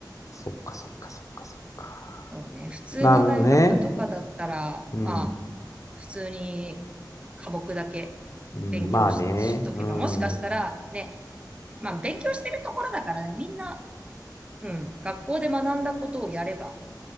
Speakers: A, on the left (about 45°); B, on the right (about 15°).
A: そっかそっかそっかそっか。
B: そうね。普通の大学とかだったら、
A: なるほどね。うん。
B: まあ、普通に科目だけ
A: うん。
B: 勉強し、
A: まあね。
B: しとけば、
A: うん。
B: もしかしたらね、
A: う
B: まあ、勉強してるところだからね、みんな、うん、学校で学んだことをやれば、